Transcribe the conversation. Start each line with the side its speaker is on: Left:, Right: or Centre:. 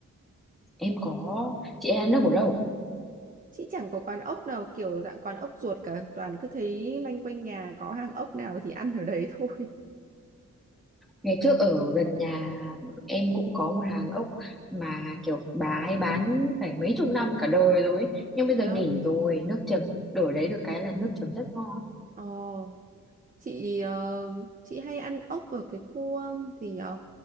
Centre: em có chị em ăn nước ở đâu
Right: chị chẳng có quán ốc nào kiểu dạng quán ốc ruột cả toàn cứ thấy loanh quanh nhà có hàng ốc nào thì ăn ở đấy <laughs> thôi
Centre: Ngày trước ở gần nhà em cũng có một hàng ốc mà kiểu bà ấy bán phải mấy chục năm cả đời rồi ấy. Nhưng bây
Right: đó
Centre: giờ nghỉ rồi, nước chấm đổi đấy được cái là nước chấm rất ngon.
Right: ờ chị ờ, chị hay ăn ốc ở cái khu ờ, gì nhở